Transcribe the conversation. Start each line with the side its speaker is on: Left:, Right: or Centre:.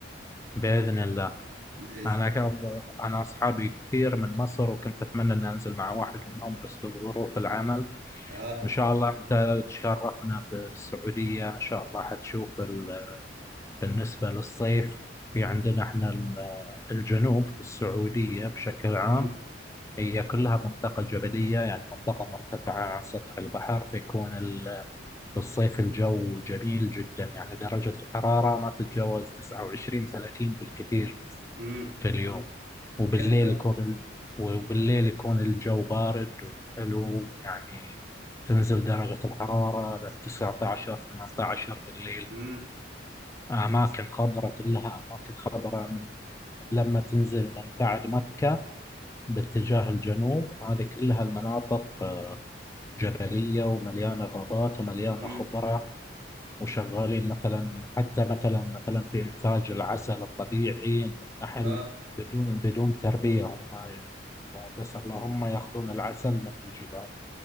Left: بإذن الله
Right: بإذن
Left: أنا كاب- أنا أصحابي كثير من مصر وكنت أتمنى إني أنزل مع واحد منهم بس بظروف العمل
Right: اه
Left: إن شاء الله أنت تشرفنا في السعودية إن شاء الله حتشوف ال- بالنسبة للصيف في عندنا إحنا ال- الجنوب في السعودية بشكل عام
Right: امم
Left: هي كلها منطقة جبلية يعني منطقة مرتفعة عن سطح البحر فيكون بالصيف الجو جميل جدا يعني درجة الحرارة ما تتجاوز 29 30 بالكثير
Right: امم
Left: في اليوم
Right: طب
Left: وبالليل
Right: حلو ده
Left: يكون ال... وبالليل يكون الجو بارد وحلو يعني تنزل درجة الحرارة لل 19 18 بالليل
Right: امم
Left: أماكن خضراء كلها أماكن خضراء من لما تنزل من بعد مكة باتجاه الجنوب هذه كلها المناطق آه، جبلية ومليانة غابات ومليانة
Right: امم
Left: خضرة وشغالين مثلا حتى مثلا مثلا في إنتاج العسل الطبيعي النحل
Right: اه
Left: بدون بدون تربية هم هم بس اللهم يأخذون العسل من الجبال